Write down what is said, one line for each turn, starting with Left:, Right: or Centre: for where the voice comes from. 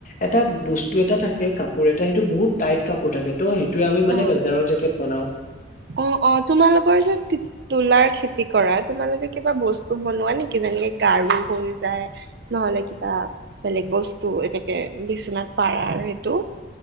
Left: এটা বস্তু এটা থাকে কাপোৰ এটা সেই এইটো বহুত টাইট কাপোৰ থাকে' টো, সেইটোৱে আমি মানে
Right: অ
Left: লেডাৰৰ জেকেট বনাওঁ
Right: অ, অ, তোমালোকৰ যে তোলাৰ খেতি কৰা তোমালোকে কিবা বস্তু বনোৱা নেকি যেনেকে গাৰু হৈ যায়, নহলে কিবা বেলেগ বস্তু এনেকে বিচনাত পাৰাৰ সেইটো